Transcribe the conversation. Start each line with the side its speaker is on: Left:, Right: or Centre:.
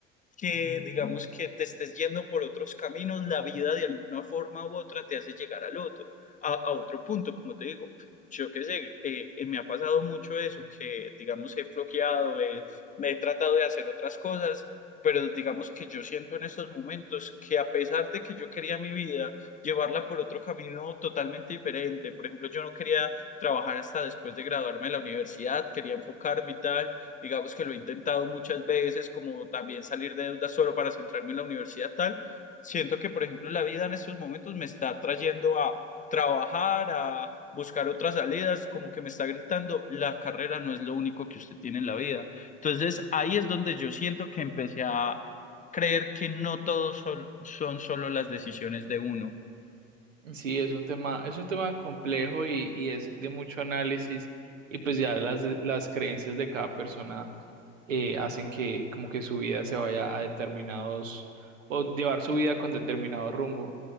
Left: que digamos que te estés yendo por otros caminos, la vida de alguna forma u otra te hace llegar al otro, a, a otro punto, como te digo. Yo qué sé, eh, eh, me ha pasado mucho eso, que digamos he flojeado, eh, me he tratado de hacer otras cosas, pero digamos que yo siento en estos momentos que a pesar de que yo quería mi vida, llevarla por otro camino totalmente diferente. Por ejemplo, yo no quería trabajar hasta después de graduarme de la universidad, quería enfocarme y tal, digamos que lo he intentado muchas veces, como también salir de deudas solo para centrarme en la universidad tal, siento que, por ejemplo, la vida en estos momentos me está trayendo a trabajar, a buscar otras salidas, como que me está gritando, la carrera no es lo único que usted tiene en la vida. Entonces ahí es donde yo siento que empecé a creer que no todos son, son solo las decisiones de uno
Right: Sí, es un tema, es un tema complejo y, y es de mucho análisis y pues ya las, las creencias de cada persona eh, hacen que como que su vida se vaya a determinados o llevar su vida con determinado rumbo.